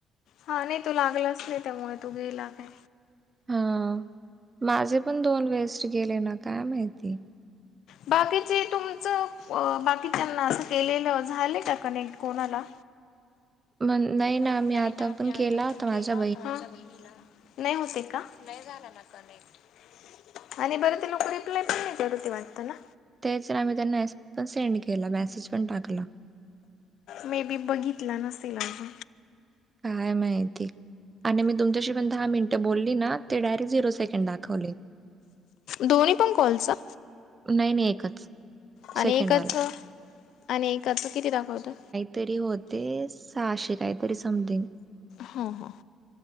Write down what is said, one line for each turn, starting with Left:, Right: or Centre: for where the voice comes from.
Left: हा नाही तू लागलाच नाही. त्यामुळे तू गेला काय
Right: हा माझे पण दोन वेस्ट गेले ना काय माहिती
Left: बाकीचे तुमचं बाकीच्याना असं केलेलं झालं का कनेक्ट कोणाला
Right: मग नाही
Left: म
Right: मी
Left: नाही
Right: आता
Left: ना आम्ही
Right: पण
Left: आता
Right: केला होता
Left: पण केला
Right: माझ्या
Left: होता. आमच्या बहिणीला नाही होते का नाही झाला ना आणि बरं ते लोक रिप्लाय पण नाही करू ते वाटत ना
Right: तेच आम्ही त्यांना एस पण सेंड केला मेसेज पण टाकला
Left: मे बी बघितला नसेल. आज
Right: काय माहिती आणि मी तुमच्याशी पण दहा मिनट बोलली ना ते डायरी झिरो सेकंड दाखवले.
Left: दोन्ही पण कॉलचा
Right: नाही नाही एकच. सेकंडवाला
Left: आणि एकाच आणि एकाच किती दाखवतं.
Right: तरी होते सहाशे काहीतरी समथिंग
Left: ह ह